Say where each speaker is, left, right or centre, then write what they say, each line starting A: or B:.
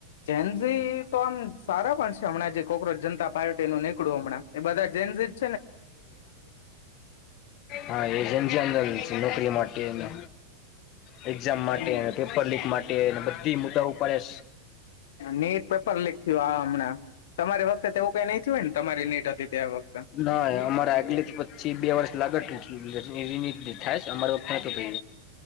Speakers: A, on the left; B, on the left.
A: જેનસી તો આમ સારા પણ છે હમણાં જે કોકરાજ જનતા પાર્ટી નું નીકળું હમણાં એ બધા જન.
B: હા એજમસી અંદર નોકરી માટે. ને <unintelligible> એક્ઝામ માટે
A: હમ
B: પેપર લીક માટે બધી મુ્દા પડે.
A: નીટ પેપર લીક થયું આ હમણાં તમારી વખતે તેવું કઈ નઈ થયું હોય ને તમારી નીટ હતી તે વખતે
B: ના અમારે આગલેથી પછી બે વર્ષ લાગે રિન થાય અમારી વખત નતો ક.